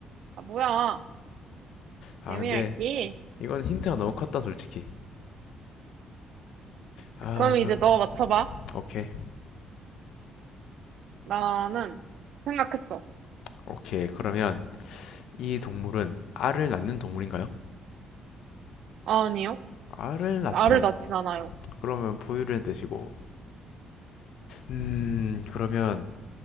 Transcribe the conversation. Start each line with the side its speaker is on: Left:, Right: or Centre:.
Right: 아, 뭐야.
Left: 아
Right: 개미핥기.
Left: 근데 이건 힌트가 너무 컸다 솔직히. 아
Right: 그럼 이제
Left: 그럼
Right: 너 맞춰봐.
Left: 오케이
Right: 나는 생각했어.
Left: 오케이 그러면 이 동물은 알을 낳는 동물인가요?
Right: 아, 아니요.
Left: 알을 낳진
Right: 알을
Left: 않.
Right: 낳진 않아요.
Left: 그러면 포유류의 뜻이고. 음 그러면